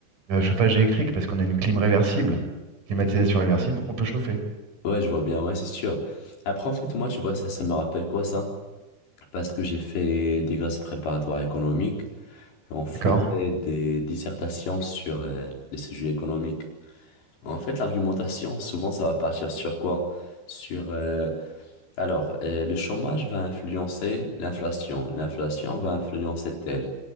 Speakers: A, on the right; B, on the left.
A: le chauffage électrique parce qu'on a une clim réversible, climatisation réversible, donc on peut chauffer.
B: Ouais, je vois bien, ouais, c'est sûr. Après, en fait, moi, tu vois, ça, ça me rappelle quoi ça? Parce que j'ai fait des classes préparatoires économiques et on faisait
A: D'accord?
B: des dissertations sur euh, les sujets économiques. En fait, l'argumentation, souvent, ça va partir sur quoi? Sur euh, Alors, euh, le chômage va influencer l'inflation, l'inflation va influencer tel.